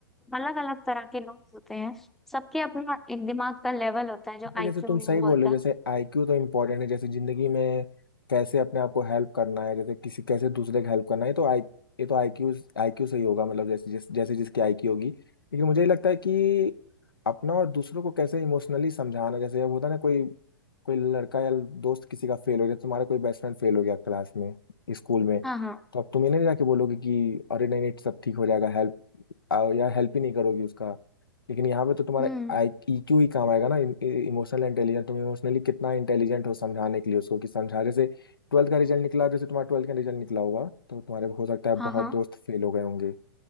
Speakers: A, in the centre; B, on the left.
A: अलग अलग तरह के लोग होते हैं सबके अपना एक दिमाग का लेवल होता है जो आईक्यू
B: जैसे तुम
A: हम
B: सही
A: लोग
B: बोल
A: बोलते
B: रहे हो
A: हैं
B: जैसे आईक्यू तो इम्पोर्टेंट है जैसे जिंदगी में कैसे अपने आप को हेल्प करना है जैसे किसी कैसे दूसरे का हेल्प करना है तो आई ये तो आईक्यू आईक्यू से ही होगा मतलब जैसे जिस, जैसे जिसकी आईक्यू होगी लेकिन मुझे ये लगता है कि अपना और दूसरों को कैसे इमोशनली समझाना जैसे अब होता है ना कोई कोई लड़का या दोस्त किसी का फेल हो गया तुम्हारा कोई बेस्ट फ्रेंड फेल हो गया क्लास में स्कूल में
A: हाँ हाँ
B: तो अब तुम इन्हें नहीं जाके बोलोगे कि अरे नहीं नहीं सब ठीक हो जाएगा हेल्प या हेल्प ही नहीं करोगी उसका लेकिन यहाँ पे तो तुम्हारा
A: हम्म
B: ईक्यू ही काम आएगा ना इमोशनल इंटेलिजेंट तुम इमोशनली कितना इंटेलिजेंट हो समझाने के लिए उसको कि समझा जैसे ट्वेल्थ का रिजल्ट निकला जैसे तुम्हारा ट्वेल्थ का रिजल्ट निकला होगा तो तुम्हारे हो सकता है
A: हाँ
B: बहुत
A: हाँ
B: दोस्त फेल हो गए होंगे